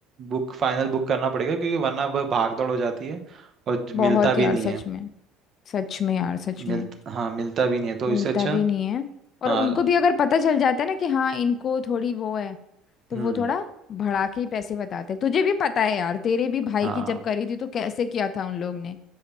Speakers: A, on the right; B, on the left.
A: बुक फाइनल बुक करना पड़ेगा क्योंकि वरना वह भाग दौड़ हो जाती है और ज- मिलता
B: बहुत
A: भी
B: यार
A: नहीं
B: सच
A: है
B: में सच में यार सच
A: मिल
B: में
A: हाँ मिलता भी नहीं है तो
B: मिलता
A: इससे अच्छा
B: भी नहीं है और
A: हाँ
B: उनको भी अगर पता चल जाता है ना कि हाँ इनको थोड़ी वो है तो
A: हम्म
B: वो थोड़ा बढ़ा के ही पैसे बताते हैं तुझे भी पता है यार तेरे भी भाई
A: हाँ
B: की जब करी थी तो कैसे किया था उन लोग ने